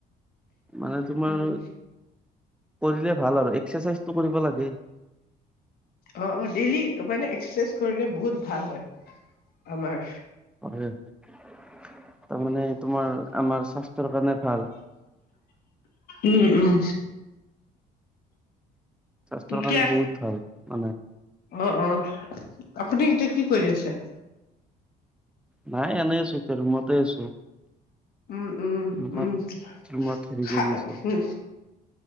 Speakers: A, in the centre; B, on the left.
A: মানে তোমাৰ
B: উম
A: কৰিলে ভাল আৰু এক্সাৰচাইজটো কৰিব লাগে।
B: অ অ ডেইলি মানে এক্সাৰচাইজ কৰিলে বহুত ভাল হয় আমাৰ।
A: হয় তাৰমানে তোমাৰ আমাৰ স্বাস্থ্যৰ কাৰণে ভাল।
B: উম উম
A: স্বাস্থ্যৰ
B: এতিয়া
A: কাৰণে বহুত ভাল মানে
B: অ অ আপুনি এতিয়া কি কৰি আছে?
A: নাই এনেই আছো এতিয়া ৰুমতে আছো।
B: উম উম
A: ৰুমত
B: উমা
A: ৰুমত হেৰি
B: খা
A: কৰি আছো
B: উম